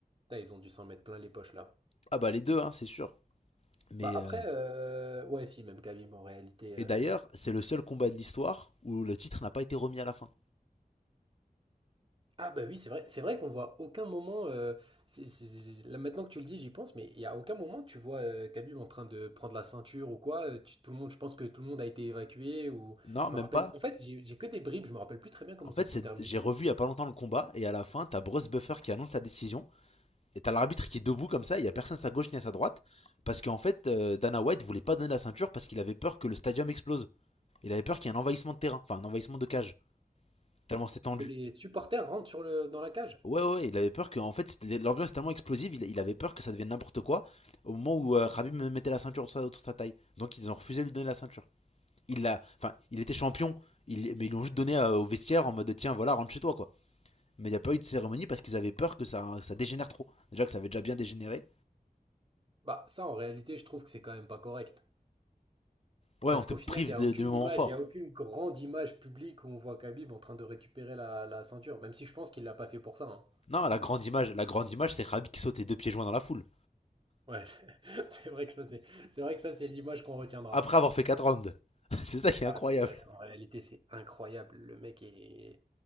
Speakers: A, on the right (about 35°); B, on the left (about 40°).
A: Putain, ils ont dû s'en mettre plein les poches là.
B: Ah bah les deux, hein, c'est sûr. Mais
A: Bah après,
B: euh,
A: euh, ouais, si, même Khabib en réalité. euh,
B: et d'ailleurs, c'est le seul combat de l'histoire où le titre n'a pas été remis à la fin.
A: Ah bah oui, c'est vrai, c'est vrai qu'on voit aucun moment, euh, c'est- c'est- c'est- là maintenant que tu le dis, j'y pense, mais il y a aucun moment tu vois euh, Khabib en train de prendre la ceinture ou quoi, euh, tu- tout le monde, je pense que tout le monde a été évacué ou
B: Non,
A: je
B: même
A: me rappelle,
B: pas.
A: en fait j'ai j'ai que des bribes, je me rappelle plus très bien comment
B: En fait,
A: ça s'est
B: c'est-
A: terminé.
B: j'ai revu il y a pas longtemps le combat et à la fin, t'as Bruce Buffer qui annonce la décision Et t'as l'arbitre qui est debout comme ça, il y a personne à sa gauche ni à sa droite, parce qu'en fait, euh, Dana White voulait pas donner la ceinture parce qu'il avait peur que le stadium explose. Il avait peur qu'il y ait un envahissement de terrain, enfin un envahissement de cage, tellement c'était tendu.
A: Que les supporters rentrent sur le, dans la cage.
B: Ouais, ouais, ouais, il avait peur que, en fait, l'ambiance est tellement explosive, il, il avait peur que ça devienne n'importe quoi au moment où euh, Khabib mettait la ceinture autour sa- autour de sa taille. Donc ils ont refusé de lui donner la ceinture. Il l'a, enfin, il était champion, il- mais ils l'ont juste donné euh, au vestiaire en mode tiens, voilà, rentre chez toi quoi. Mais il n'y a pas eu de cérémonie parce qu'ils avaient peur que ça, ça dégénère trop. Déjà que ça avait déjà bien dégénéré.
A: Bah ça en réalité je trouve que c'est quand même pas correct.
B: Ouais,
A: Parce
B: on te
A: qu'au
B: prive
A: final il n'y a
B: de,
A: aucune
B: de moments
A: image,
B: forts.
A: il n'y a aucune grande image publique où on voit Khabib en train de récupérer la, la ceinture, même si je pense qu'il l'a pas fait pour ça. hein.
B: Non, la grande image, la grande image, c'est Khabib qui saute les deux pieds joints dans la foule.
A: Ouais, <laughs> c'est vrai que ça c'est, c'est vrai que ça c'est l'image qu'on retiendra.
B: Après avoir fait 4 rounds. <laughs> c'est ça qui est
A: Ah,
B: incroyable.
A: purée, en réalité, c'est incroyable. Le mec est...